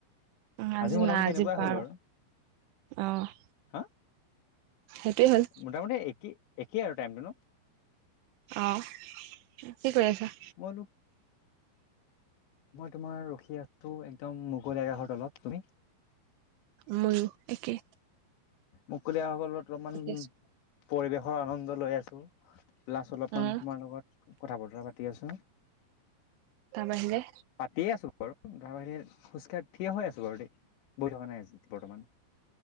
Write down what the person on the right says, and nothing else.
অ
নাই
বাৰ
অ',
সেইটোয়ে হ'ল
অ', কি কৰি আছা।
ময়ো একে
আছো
উম
তাৰ বাহিৰে